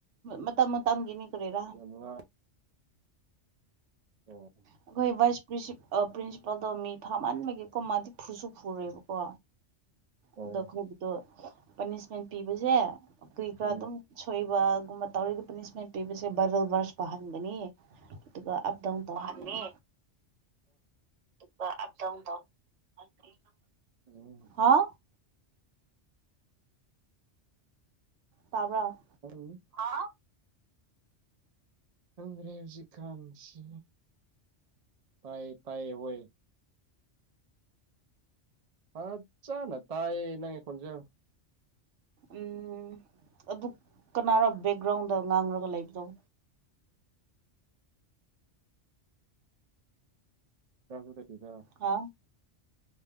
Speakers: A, on the right; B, on the right.
A: ꯃ ꯃꯇꯝꯝꯒꯤꯅꯤ ꯀꯔꯤꯔꯥ
B: ꯅꯨꯡꯉꯥ <unintelligible>
A: ꯑꯩꯈꯣꯏ ꯚꯥꯏꯁ ꯄ꯭ꯔꯤ ꯄ꯭ꯔꯤꯟꯁꯤꯄꯥꯜꯗꯣ ꯃꯤ ꯐꯥꯃꯟꯕꯒꯤꯀꯣ ꯃꯥꯗꯤ ꯐꯨꯁꯨ ꯐꯨꯔ‌ꯣꯏꯕꯀꯣ
B: ꯑꯣ
A: ꯑꯗꯣ ꯑꯩꯈꯣꯏꯒꯤꯗꯣ ꯄꯥꯅꯤꯁꯃꯦꯟ ꯄꯤꯕꯁꯦ ꯀꯩ ꯀꯔꯥ
B: ꯎꯝ
A: ꯑꯗꯨꯝ ꯁꯣꯏꯕꯒꯨꯝꯕ ꯇꯧꯔꯤꯒ ꯄꯅꯤꯁꯃꯦꯟ ꯄꯤꯕꯁꯦ ꯕꯥꯏꯕꯜ ꯕꯔꯁ ꯄꯥꯍꯟꯕꯅꯤ ꯑꯗꯨꯒ ꯑꯞ ꯗꯥꯎꯟ ꯇꯧꯍꯟꯒꯅꯤ
B: <unintelligible> ꯗꯨꯒ ꯑꯞ ꯗꯥꯎꯟ <unintelligible>
A: ꯍꯥꯥ ꯇꯥꯕ꯭ꯔ
B: ꯎꯪ ꯍꯥꯎ ꯈꯪꯗ꯭ꯔꯦ ꯍꯧꯖꯤꯛ ꯀꯥꯟꯁꯤ ꯇꯥꯏꯌ‌ꯦ ꯇꯥꯏꯌꯦ ꯋ‌ꯣꯏ ꯐꯆꯥꯅ ꯇꯥꯏꯌꯦ ꯅꯪꯒꯤ ꯈꯣꯟꯖ‌ꯦꯜ
A: ꯎꯝ ꯑꯗꯨ ꯀꯅꯥꯔ ꯕꯦꯛꯒ꯭ꯔꯥꯎꯟꯗ ꯉꯥꯡꯂꯒ ꯂꯩꯕꯗ‌ꯣ
B: <unintelligible>
A: ꯍꯥ